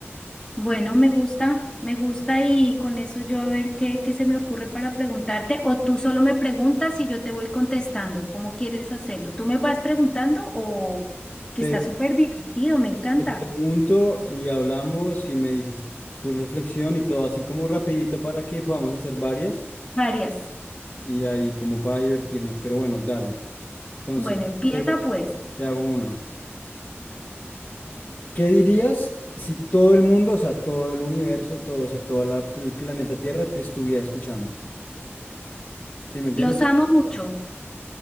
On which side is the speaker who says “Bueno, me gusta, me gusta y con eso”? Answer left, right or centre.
Left